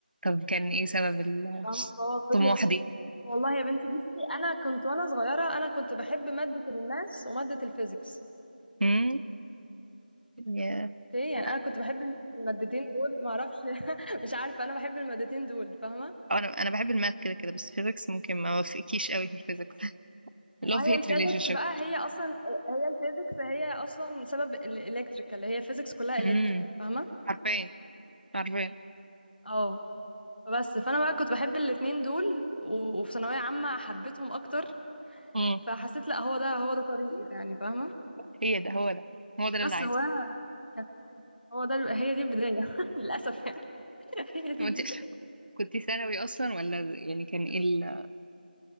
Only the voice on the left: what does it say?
فاهمه فهو فضل
والله يا بنتي بصي انا كنت وانا صغيره انا كنت بحب ماده الماس وماده الفيزيكس
اوكي يعني
انا كنت بحب المادتين دول ما اعرفش <laughs> مش عارفه انا بحب المادتين دول فاهمه
ما
هي الفيزيكس
بقى هي اصلا هي الفيزيكس هي اصلا سبب الالكتريكال هي فيزيكس كلها
الكتريكال فاهمه
اه فبس فانا بقى كنت بحب الاتنين دول و- وفي ثانويه عامه حبيتهم اكتر
فحسيت لا هو ده هو ده طريقي يعني فاهمه
بس
هو أنا- هو ده هي دي البدايه <laughs> للاسف يعني <laughs> هي دي
البدايه